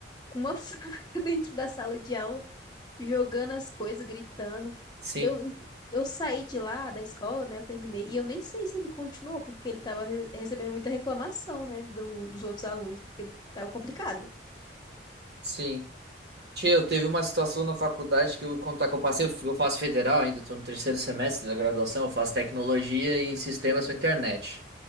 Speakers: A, on the left; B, on the right.
A: com uma <laughs> faca dentro da sala de aula jogando as coisas, gritando.
B: Sim,
A: Eu, inclu- eu saí de lá da escola, né? Eu terminei. E eu nem sei se ele continuou, porque ele tava re- recebendo muita reclamação, né? Do, dos outros alunos, porque tava complicado.
B: sim. Tchê, eu teve uma situação na faculdade que eu ia contar que eu passei, eu faço federal ainda, tô no terceiro semestre da graduação, eu faço tecnologia em sistemas para internet.